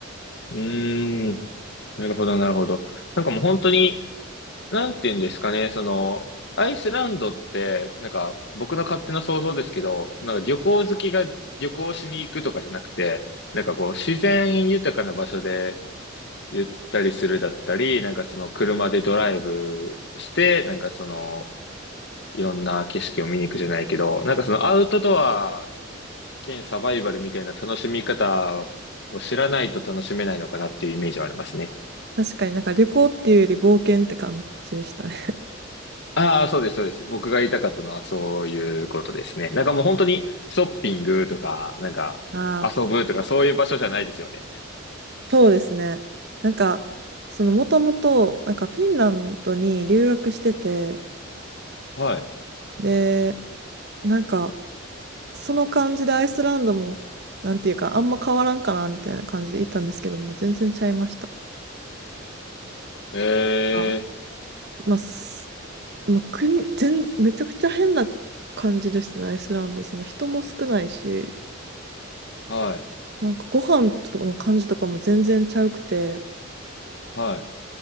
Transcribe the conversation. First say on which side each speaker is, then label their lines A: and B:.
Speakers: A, on the left; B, on the right.
A: うーん。なるほど、なるほど。なんかもう本当に、なんて言うんですかね、その、アイスランドって、なんか、僕の勝手な想像ですけど、なんか旅行好きが旅行しに行くとかじゃなくて、なんかこう、自然豊かな場所でゆったりするだったり、なんかその車でドライブして、なんかその、いろんな景色を見に行くじゃないけど、なんかそのアウトドア兼サバイバルみたいな楽しみ方を知らないと楽しめないのかなっていうイメージはありますね。
B: 確かになんか旅行っていうより冒険って感じでしたね。
A: ああ、そうです、そうです。僕が言いたかったのはそういうことですね。なんかもう本当にショッピングとか、なんか遊ぶとかそういう場所じゃないですよね。
B: <laughs> ああ、そうですね。なんかそのもともとなんかフィンランドに留学してて
A: はい。
B: でなんかその感じでアイスランドもなんていうかあんま変わらんかなみたいな感じで行ったんですけども全然ちゃいました。
A: え
B: あ
A: え、
B: まあ、すまあ、国、全、めちゃくちゃ変な感じでしたね、アイスランド。その人も少ないし、
A: はい、
B: なんかご飯とかの感じとかも全然ちゃうくて、
A: は